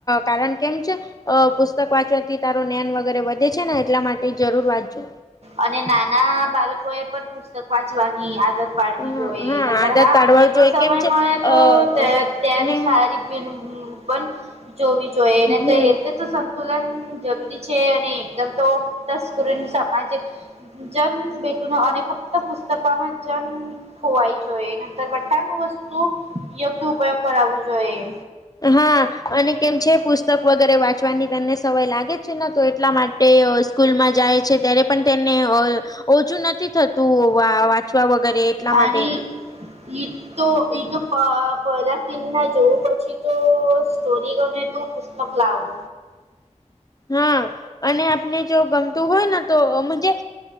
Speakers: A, on the left; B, on the right.
A: કારણ કેમ છે? અ પુસ્તક વાંચવાથી તારું જ્ઞાન વગેરે વધે છે ને એટલા માટે જરૂર વાંચજો.
B: અને નાના બાળકો એ પણ પુસ્તક વાંચવાની આદત પાડવી
A: હા
B: જોઈએ નકર
A: આદત
B: હા
A: પાડવા
B: અને તો
A: જોઈએ
B: સમય
A: કેમ છે
B: મળે તો
A: અ અને
B: ત્યારે સારી પણ જોવી જોઈએ એને
A: હમ
B: તો એટલે સંતુલન જરૂરી છે અને એકદમ તો તસ્કુરીન સમાજે જન બેેઠું ન અને ફક્ત પુસ્તકમાં જન ખોવાય જોઈએને <inaudible> વસ્તુ યોગ્ય ઉપયોગ કરાવવું જોઈએ.
A: હા અને કેમ છે પુસ્તક વગેરે વાંચવાની તમને સમય લાગે છે ને તો એટલા માટ તે સ્કૂલમાં જાય છે ત્યારે પણ તેમને ઓછું નથી થતું વાંચવા વગરે એટલા
B: અને
A: માટે
B: <inaudible> તો એ તો પહેલાથી ને જોવું પછી તો સ્ટોરી ગમે તું પુસ્તક લાવવુ.
A: હા અને આપને જો ગમતું હોય ને